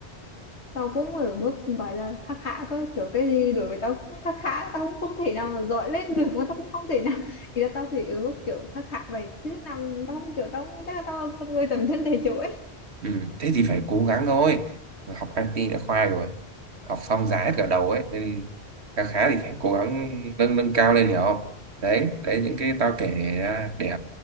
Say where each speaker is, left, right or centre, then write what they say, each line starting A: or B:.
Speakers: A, on the left; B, on the right.
A: tao cũng ở mức gọi là khá khá thôi kiểu cái gì đối với tao cũng khá khá tao cũng không thể nào mà giỏi lên được mà tao cũng không thể nào thì là tao thì ở mức kiểu khá khá vậy chứ nằm tao không kiểu tao không- chắc là tao là con người tầm thân thể chủ ấy
B: Ừ, thế thì phải cố gắng thôi. Học IT đã khoai rồi. Học xong giá hết cả đầu ấy. Nên khá khá thì phải cố gắng nâng nâng cao lên hiểu không? Đấy, đấy những cái tao kể ra để